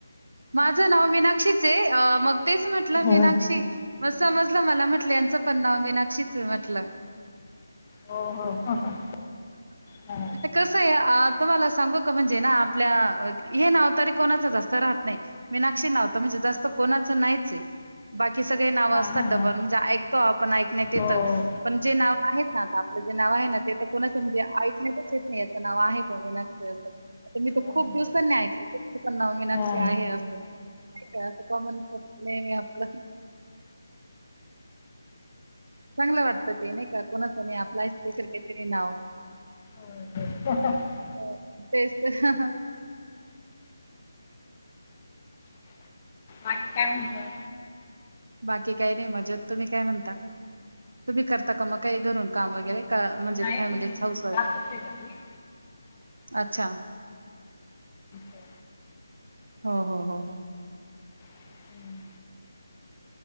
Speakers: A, on the right; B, on the left.
A: माझं नाव मीनाक्षीचये अ मग तेच म्हटलं
B: होय.
A: मीनाक्षी मग समजलं मला म्हटलं यांचं पण नाव मीनाक्षीच म्हटलं
B: हो हो ह ह ह
A: कस आहे तुम्हाला सांगू का म्हणजे ना आपल्या हे नाव तरी कोणाचच असत राहत नाही मिनाक्षी नाव तर म्हणजे जास्त कोणाचं नाहीच आहे. बाकी सगळे नावं
B: हा
A: असतात
B: हा
A: डबल म्हणजे ऐकतो आपण ऐकण्यात येतं
B: हो हो
A: पण जे नाव आहेत ना आता आपलं जे नाव आहे ना ते तर कोणाच्या म्हणजे ऐकण्यातच येत नाही असं नाव आहे बा मिनाक्षी असं आता मी तर
B: हो
A: खूप दिवसांनी ऐकले तुमचं पण नाव मीनाक्षी
B: हा
A: आहे असं असं म्हण नाही आपलं चांगलं वाटतं ते नाही का कोणाचं नाही आपलं स्पेशल काहीतरी नाव
B: होय होय
A: अ तेच तर
B: बाकी काय म्हणता
A: बाकी काही नाही मजेत तुम्ही काय म्हणता? तुम्ही करता का मग काही घरून? काम वगैरे का म्हणजे
B: नाही
A: फॅमिलीच
B: मी नाही
A: हाऊसवाईफ
B: जातच आहे घरी
A: अच्छा
B: <unintelligible>
A: हो हो हो हो.
B: <unintelligible>